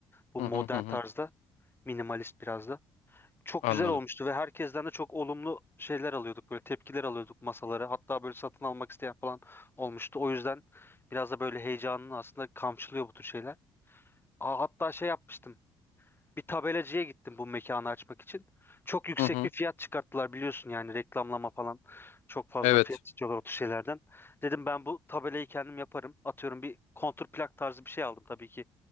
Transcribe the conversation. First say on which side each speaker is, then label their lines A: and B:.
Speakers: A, on the left (about 15°); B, on the left (about 65°).
A: Bu
B: Hı
A: modern
B: hı hı hı.
A: tarzda, minimalist biraz da. Çok
B: Anladım.
A: güzel olmuştu ve herkesten de çok olumlu şeyler alıyorduk böyle tepkiler alıyorduk masaları. Hatta böyle satın almak isteyen falan olmuştu. O yüzden biraz da böyle heyecanını aslında kamçılıyor bu tür şeyler. Aa, hatta şey yapmıştım. Bir tabelacıya gittim bu mekanı açmak için. Çok yüksek
B: Hı hı.
A: bir fiyat çıkarttılar biliyorsun yani reklamlama falan. Çok fazla
B: Evet.
A: fiyat istiyorlar o tür şeylerden. Dedim ben bu tabelayı kendim yaparım. Atıyorum bir kontur plak tarzı bir şey aldım tabii ki.